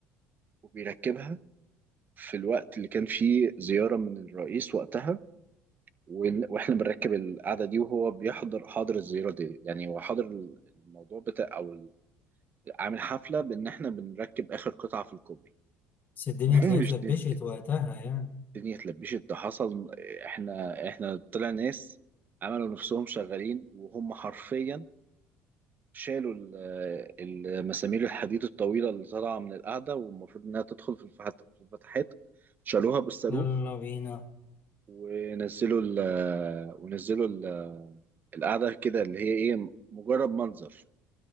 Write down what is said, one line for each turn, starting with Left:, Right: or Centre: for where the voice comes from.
Right: وبيركبها في الوقت اللي كان فيه زيارة من الرئيس وقتها ون- واحنا بنركب القعده دي وهو بيحضر حاضر الزياره دي يعني هو حاضر الموضوع بتاع او عامل حفلة بإن إحنا بنركب آخر قطعة في الكوبري
Left: بس الدنيا
Right: <laughs>
Left: طلعت
Right: ومش
Left: لبشت
Right: نزلت
Left: وقتها يعني
Right: الدنيا اتلبشت ده حصل إحنا إحنا طلع ناس عملوا نفسهم شغالين وهم حرفيا شالوا ال- المسامير الحديد الطويلة اللي طالعة من القاعدة والمفروض إنها تدخل في الفحت- في الفتحات شالوها بالصاروخ
Left: يلا بينا
Right: ونزلوا ال ونزلوا ال- القاعدة كده اللي هي إيه مجرد منظر